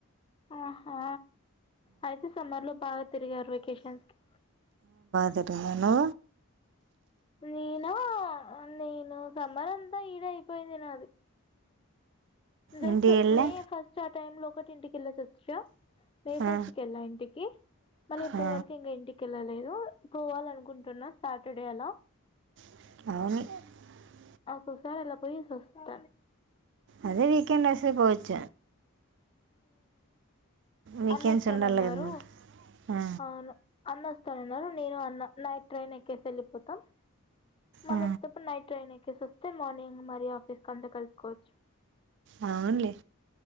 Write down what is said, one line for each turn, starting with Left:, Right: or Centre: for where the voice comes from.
Left: ఆహా అయితె సమ్మర్ లో బాగా తిరిగారు వెకేషన్స్కి.
Right: తిరిగానూ.
Left: నేనా నేను సమ్మర్ అంతా ఈదే అయిపోయింది నాది. జస్ట్
Right: ఇంటికి వెళ్ళా
Left: మే ఫస్ట్ ఆ టైమ్ లో ఒకటింటికెల్లే సొచ్చిరా. మే ఫస్ట్
Right: ఆ,
Left: కెళ్ళా ఇంటికి మళ్ళీ ఇప్పటి
Right: ఆ,
Left: వరకు ఇంకా ఇంటికెళ్ళల్ లేదూ పోవాలనుకుంటున్నా సాటర్డే అలా.
Right: <inaudible>
Left: ఒకసారలా పోయేసి ఒస్త.
Right: అదే వీకెండేసే పోవచ్చ. వీకెండ్స్
Left: అన్నొస్తానన్నారు.
Right: ఉండాలి కదా మీకు ఆ,
Left: అవును అన్నొస్తానన్నారు నేను అన్న నైట్ ట్రైన్ ఎక్కేసెళ్ళిపోతాం. మళ్లీ
Right: ఆ,
Left: ఒచ్చేటప్పుడు నైట్ ట్రైన్ ఎక్కేసొస్తే మార్నింగ్ మరి ఆఫీస్ కంతా కలుసుకోవచ్చు.
Right: అవున్లే